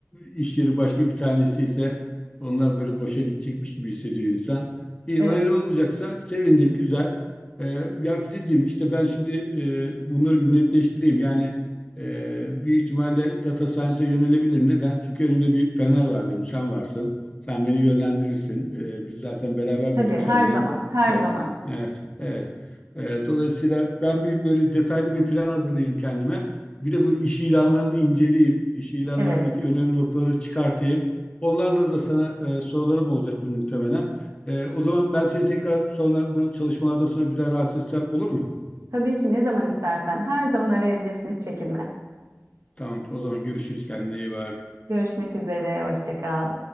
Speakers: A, on the left; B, on the right.
A: Ee, iş yeri başka bir tanesi ise onlar böyle boşa gidecekmiş gibi hissediyor insan. İyi
B: Evet.
A: öyle olmayacaksa sevindim güzel. Ee, ya Filizciğim işte ben şimdi e, bunları bir netleştireyim. Yani e, büyük ihtimalle data science'a yönelebilirim. Neden? Çünkü önümde bir fener var benim. Sen varsın. Sen beni yönlendirirsin. Ee, biz zaten beraber
B: Tabii
A: büyüdük
B: her
A: seninle.
B: zaman. Her
A: Evet,
B: zaman.
A: evet, evet. Ee, dolayısıyla ben bir böyle detaylı bir plan hazırlayayım kendime. Bir de bu iş ilanlarını inceleyeyim. İş ilanlarındaki
B: Evet.
A: önemli noktaları çıkartayım. Onlarla da sana e, sorularım olacaktır muhtemelen. E, o zaman ben seni tekrar sonra bu çalışmalardan sonra bir daha rahatsız etsem olur mu?
B: Tabii ki ne zaman istersen her zaman arayabilirsin. Hiç çekinme.
A: Tamam, o zaman görüşürüz. Kendine iyi bak.
B: Görüşmek üzere. Hoşça kal.